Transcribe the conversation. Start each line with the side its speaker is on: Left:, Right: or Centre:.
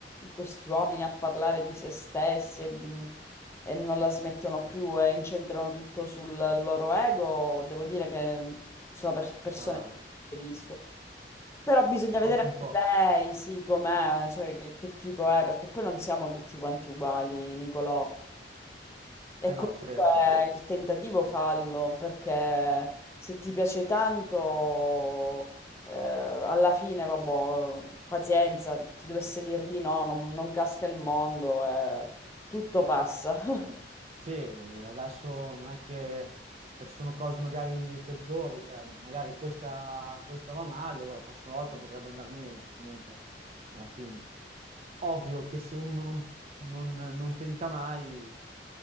Left: questi uomini a parlare di se stessi e, mhmm, e non la smettono più e incentrano tutto sul loro ego, devo dire che sono per- persone
Right: Vabbè,
Left: che preferisco. Però bisogna vedere
Right: faccio
Left: anche
Right: un po'.
Left: lei, sì, com'è, cioè che, che tipo è, perché poi non siamo tutti quanti uguali, Nicolò. E
Right: Eh
Left: comunque
Right: no, certo.
Left: il tentativo fallo, perché se ti piace tanto, eh, alla fine, vabbè, pazienza, ti dovesse dire di no, non, non casca il mondo, eh, tutto passa. <laughs>
Right: Sì, eh, adesso non è che cioè, ci sono cose magari peggiori, cioè, magari questa, questa va male, o la prossima volta potrebbe andare meglio, comunque, alla fine. Ovvio che se uno non, non- non tenta mai,